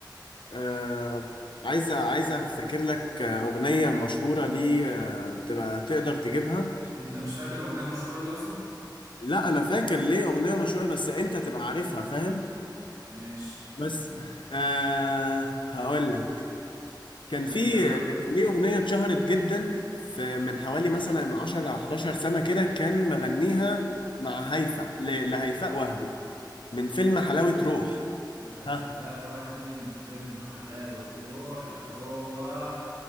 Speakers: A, on the left; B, on the right.
A: آه عايزه عايزه افتكر لك آه، اغنيه مشهوره ليه آه تبقى تقدر تجيبها
B: انت مش فاكر اغنيه مشهوره ليه اصلا
A: لا انا فاكر ليه اغنيه مشهوره بس انت تبقى عارفها فاهم
B: ماشي
A: بس آه هقول لك
B: خلينا
A: كان في كان ليه أغنية اتشهرت جدا في من حوالي مثلا 10 أو 11 سنة كده كان مغنيها مع هيفا ل- لهيفاء وهبي من فيلم حلاوة روح
B: لهيفاء
A: ها
B: وهبي من فيلم حلاوه روح يبقى هو اه